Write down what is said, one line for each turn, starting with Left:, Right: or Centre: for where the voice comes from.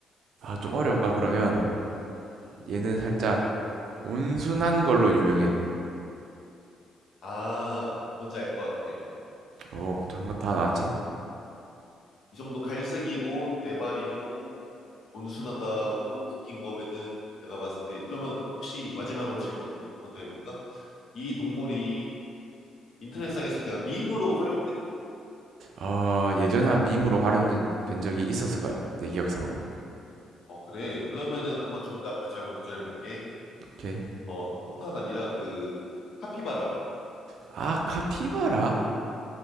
Right: 좀 어려운가 그러면
Left: 음.
Right: 얘는 살짝 온순한 걸로 유명해
Left: 아, 뭔지 알 것 같아.
Right: 어 저런 거 다 나왔지
Left: 이 정도 갈색이고, 네 발이고, 온순하다고 웃긴 거면은 내가 봤을 때 그러면 혹시 마지막으로 질문 한번 더 해볼까? 이 동물이 인터넷상에서 그냥 밈으로 활용돼?
Right: 음아 예전에 한 밈으로 활용된 된 적이 있었을 거야 내 기억상으로
Left: 어 그래 그러면은 한번 정답 다시 한번 도전해볼게.
Right: 오케이
Left: 어 코카가 아니라 그 카피바라.
Right: 아 카피바라